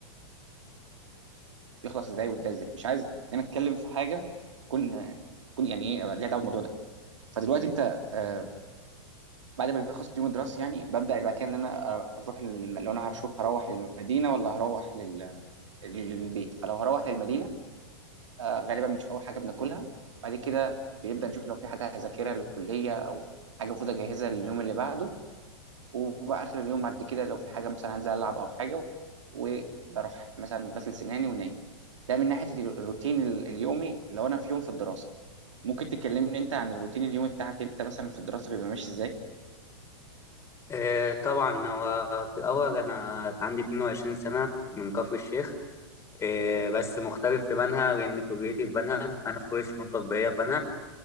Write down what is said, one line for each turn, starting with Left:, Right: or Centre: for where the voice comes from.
Right: بيخلص إزاي ويبدأ إزاي مش عايز إن أنا أتكلم في حاجة تكون تكون يعني إيه ليها دعوة بالموضوع ده فدلوقتي أنت آه، بعد ما بيخلص اليوم الدراسي يعني ببدأ بعد كده إن أنا أروح لل- لو أنا هشوف هروح للمدينة ولا هروح لل- للبيت فلو هروح للمدينة آه، غالبا بنشوف اول حاجه بناكلها بعد كده بيبدا نشوف لو في حاجه هذاكرها للكليه او حاجه المفروض اجهزها لليوم اللي بعده وبقى اخر اليوم بعد كده لو في حاجه مثلا هنزل العب او حاجه وبروح مثلا غسل سناني ونايم ده من ناحيه الروتين ال- اليومي لو انا في يوم في الدراسه ممكن تكلمني انت عن الروتين اليومي بتاعك انت مثلا في الدراسه بيبقى ماشي ازاي
Left: إيه طبعا هو في الأول أنا عندي 22 سنة من كفر الشيخ إيه بس مختلف في بنها لأن كليتي في بنها أنا في كلية فنون تطبيقية في بنها